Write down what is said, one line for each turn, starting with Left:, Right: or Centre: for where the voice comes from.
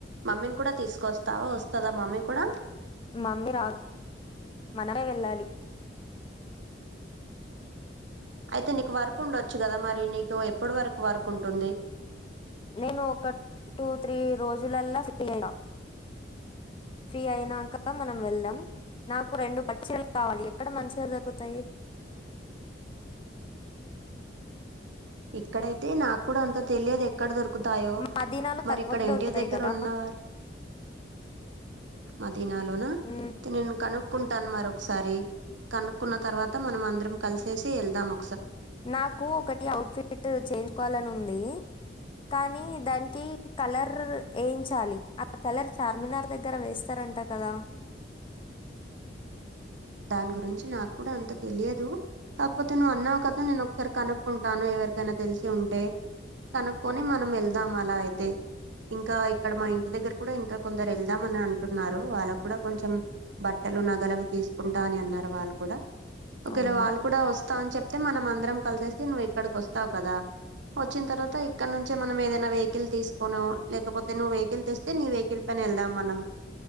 Right: మమ్మీని కూడా తీసుకొస్తా వస్తదా మమీ కూడా
Left: మమ్మీ రాదు మనమే వెళ్ళాలి
Right: అయితే నీకు వరకు ఉండొచ్చు కదా మరి నీకు ఎప్పుడు వరకు వర్కుటుంది
Left: నేను ఒక టూ త్రీ రోజులలా ఫ్రీ అయ ఫ్రీ అయినంక మనం వెళ్దాం నాకు రెండు పచ్చలు కావాలి ఎక్కడ మంచిగా దొరుకుతాయి
Right: ఇక్కడైతే నాకు కూడా అంత తెలియదు ఎక్కడ దొరుకు దకుతాయో
Left: మదీనాలో
Right: మరి
Left: తక్కువకు
Right: ఇక్కడ
Left: దొరుకుతాయి
Right: ఇంటి దగ్గర
Left: కదా
Right: ఉన్నవార్ మద్ దినలోన
Left: ఉమ్,
Right: నేను కను క్కుంటాను మరి ఒకసారి కనుక్కున్న తర్వాత మనం అందరం కలిసేసి వెళ్దాము
Left: నాకు ఒకటి ఔట్ఫిట్ ట్ చేయించుకోవాలని ఉంది కానీ దానికి కలర్ర్ ఏయించాలి ఆ కలర్ చార్మినార్ దగ్గర వేస్తారంట కదా
Right: దాని గురించి నాకు కూడా అంత తెలియదు కాపోతే నువ్వు అన్నావు కదా నేను ఒకసారి కనుక్కుంటాను ఎవరికైనా తెలిసి ఉంటే కనుకొని మనం వెళ్దాం అలా అయితే ఇంకా ఇక్కడ మా ఇంటి దగ్గర కూడా ఇంకా కొందరు వెళ్దామ అని అంటున్నారు వాళ్ళకు కూడా కొంచెం బట్టలు నగలవి తీస్ కుంటా అని అన్నారు వాళ్ళు కూడా ఒకేలా
Left: అవునా
Right: వాళ్ళు కూడా వస్తా అని చెప్ అయితే మనం అందరం కలిసేసి నువ్వు ఇక్కడికి వస్తావు కదా వచ్చిన తర్వాత ఇక్కడ నుంచే మనం ఏదైనా వే వెహల్ తీసుకోను లేకపోతే నువ్వు వెహికల్ తెస్తే నీ వెహికల్ పైన వెళ్దాం మనం